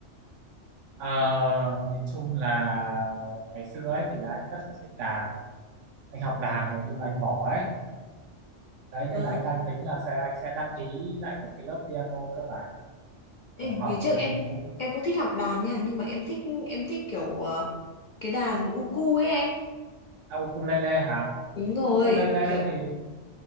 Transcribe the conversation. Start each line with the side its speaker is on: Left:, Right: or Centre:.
Right: Ờ, nhìn chung là ngày xưa ấy thì là anh rất là thích đàn anh học đàn rồi nhưng mà anh bỏ ấy đấy
Left: Ừ.
Right: nên là anh đang tính là sẽ anh sẽ đăng ký lại một cái lớp piano cơ bản
Left: Ê,
Right: kiểu
Left: ngày
Right: học
Left: trước
Right: ừ,
Left: em
Right: cũng
Left: em cũng thích học đàn nha, nhưng mà em thích em thích kiểu ờ, cái đàn uku ấy anh.
Right: à, ukulele hả
Left: Đúng rồi,
Right: ukulele
Left: kiểu
Right: thì